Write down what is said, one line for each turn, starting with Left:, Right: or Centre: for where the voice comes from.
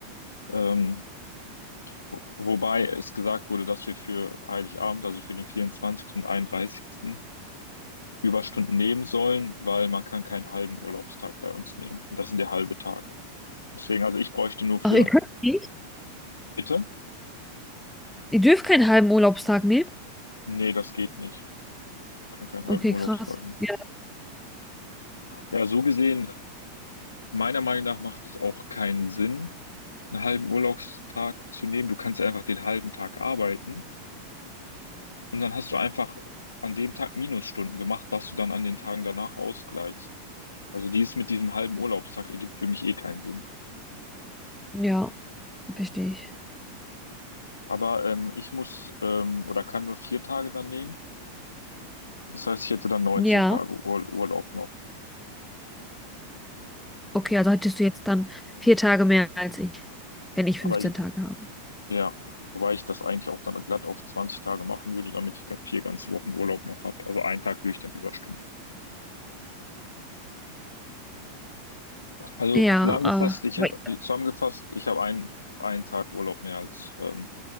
Left: Ähm, wo, wobei es gesagt wurde, dass wir für Heiligabend, also für den 24. und 31. Überstunden nehmen sollen, weil man kann keinen halben Urlaubstag bei uns nehmen. Und das sind ja halbe Tage. Deswegen, also ich bräuchte nur für,
Centre: Ach, ihr könnt nicht?
Left: bitte?
Centre: Ihr dürft keinen halben Urlaubstag nehmen?
Left: Nee, das geht nicht. Ich kann keinen halben
Centre: Okay,
Left: Urlaubstag
Centre: krass.
Left: nehmen.
Centre: Ja,
Left: Ja, so gesehen, meiner Meinung nach macht es auch keinen Sinn einen halben Urlaubstag zu nehmen. Du kannst ja einfach den halben Tag arbeiten und dann hast du einfach an dem Tag Minusstunden gemacht, was du dann an den Tagen danach ausgleichst. Also dieses mit diesem halben Urlaubstag ergibt für mich eh keinen Sinn.
Centre: ja, verstehe ich.
Left: Aber ähm, ich muss ähm, oder kann nur vier Tage dann nehmen. Das heißt, ich hätte dann neunzehn
Centre: Ja.
Left: Tage Ur Urlaub noch.
Centre: Okay, also hättest du jetzt dann vier Tage mehr als ich, wenn ich
Left: Aber
Centre: 15
Left: ich,
Centre: Tage habe.
Left: ja, wobei ich das eigentlich auch dann glatt auf 20 Tage machen würde, damit ich vier ganze Wochen Urlaub noch habe. Also einen Tag würde ich dann Überstunden Also
Centre: Ja,
Left: zusammengefasst,
Centre: äh,
Left: ich habe
Centre: aber ich-
Left: zusammengefasst, ich habe ein, einen Tag Urlaub mehr als, ähm,